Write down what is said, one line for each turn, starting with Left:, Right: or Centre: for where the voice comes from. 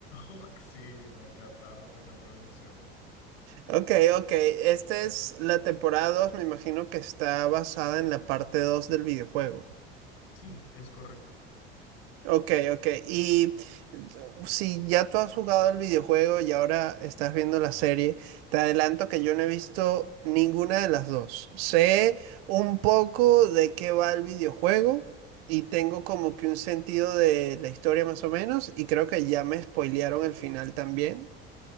Left: Oh, sí, me encanta, me encantó demasiado.
Right: Ok, ok. Esta es la temporada 2, me imagino que está basada en la parte 2 del videojuego.
Left: Sí, es correcto.
Right: Ok, ok. Y uh, si ya tú has jugado el videojuego y ahora estás viendo la serie, te adelanto que yo no he visto ninguna de las dos. Sé un poco de qué va el videojuego y tengo como que un sentido de la historia más o menos y creo que ya me spoilearon el final también.